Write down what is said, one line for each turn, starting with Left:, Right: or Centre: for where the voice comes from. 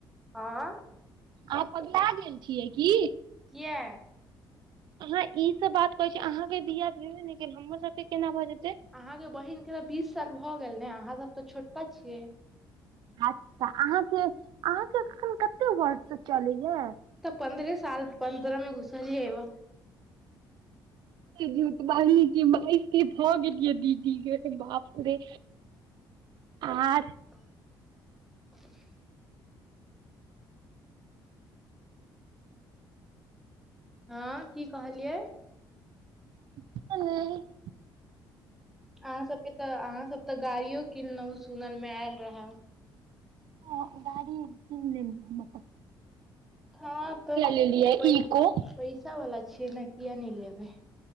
Centre: आँ।
Right: अहाँ पकला गेल छियै की।
Centre: किए।
Right: अहाँ ई सब बात कहै छी अहाँके बियाह भेबे नै गेल हमर सबके केना भए जेतै।
Centre: अहाँ के बहिन के तऽ बीस साल भगेल ने अहाँ सब तऽ छोटका छियै।
Right: अच्छा अहाँके अहाँके एखन कते वर्ष चलैया।
Centre: पन्दरे साल पन्दरमे घुषर ह जइब।
Right: स झूठ बाजै छीयै बाइस के भऽ गेलियै दीदीे बाप रे। आर।
Centre: <inaudible> हँ की कहलियै।
Right: <inaudible>
Centre: अहाँ सबके तऽ अहाँ सब तऽ गाड़ियो किनलहुँ सुनल मे आयल रहे
Right: आ गाड़ी कीन लेलकीन हन
Centre: हँ तऽ
Right: लेलियै
Centre: पै
Right: इको
Centre: पैसा वला छियै ने किया नै लेबै।